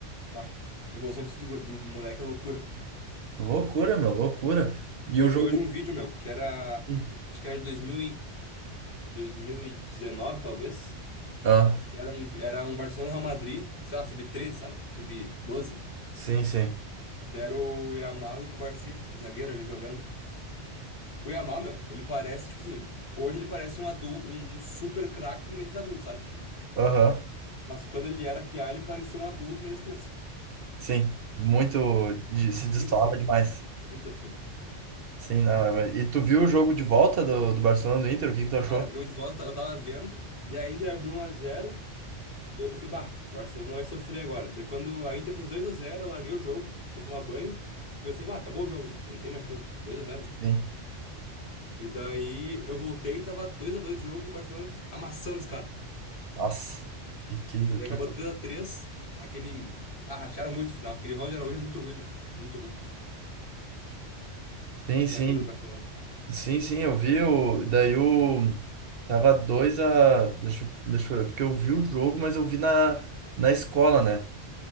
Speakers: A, on the left (about 50°); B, on the right (about 60°).
A: Bah. A evolução física do, do moleque é loucura.
B: Loucura, meu, loucura. E
A: Eu
B: o jogo.
A: vi hoje um vídeo, meu, que era.
B: hum,
A: <clears throat> Acho que era de dois mil e, 2019, talvez.
B: Ah,
A: Que era um, era um Barcelona e Real Madrid, sei lá, sub-13, sabe? sub doze.
B: sim, sim.
A: Deram o Yamal e o Cubarsí, o zagueiro ali jogando. O Yamal, meu, ele parece, tipo assim, hoje ele parece um adulto, um super craque no meio dos adultos, sabe?
B: Aham.
A: Mas quando ele era piá, ele parecia um adulto no meio das crianças.
B: Sim, muito. de- Se destoava
A: Muito acima,
B: demais.
A: muito acima.
B: Sim, não. é verdade. E tu viu o jogo de volta do, do Barcelona do Inter? O que que tu achou?
A: Cara, o jogo de volta eu tava vendo, daí a Inter abriu um a zero, daí eu pensei, bah, o Barcelona vai sofrer agora. Daí quando a Inter fez dois a zero, eu larguei o jogo, fui tomar banho, pensei, bah, acabou o jogo, né? Não tem mais como, dois a zero.
B: Sim.
A: E daí eu voltei, tava dois a dois o jogo, o Barcelona amassando os caras.
B: Nossa, que, que,
A: Daí
B: que...
A: acabou três a três aquele. Ah, ratearam muito o final. Aquele Ronald Araújo é muito ruim, meu. Muito ruim.
B: Sim,
A: O
B: sim.
A: zagueiro do Barcelona.
B: Sim, sim, eu vi o. Daí o. Tava 2 a. Deixa, eu- deixa eu ver, porque eu vi o jogo, mas eu vi na, na escola, né?